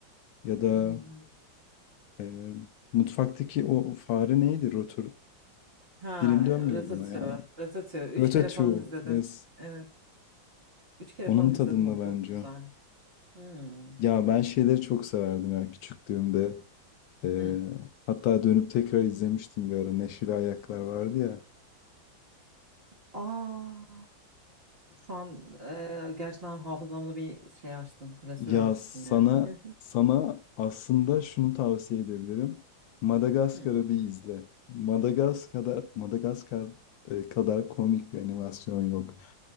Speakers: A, on the left; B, on the right.
A: Ya da
B: hmm.
A: e, mutfaktaki o fare neydi? Rotur.
B: Ha,
A: Dilim dönmüyor
B: Ratatouille.
A: buna ya.
B: Ratatouille. Üç
A: Ratatouille.
B: kere falan izledim.
A: Yes.
B: Evet. Üç kere
A: Onun
B: falan
A: tadında
B: izledim onu.
A: bence.
B: Çok güzel. Hmm.
A: Ya ben şeyleri çok severdim ya küçüklüğümde. E,
B: Hmm.
A: hatta dönüp tekrar izlemiştim bir ara. Neşeli Ayaklar vardı ya.
B: Aa, şu an e, gerçekten hafızamda bir şey açtın. Klasörü
A: Ya
B: açtın
A: sana
B: yani.
A: sana aslında şunu tavsiye edebilirim. Madagaskar'ı
B: Hmm.
A: bir izle. Madagaskar Madagaskar e, kadar komik bir animasyon yok.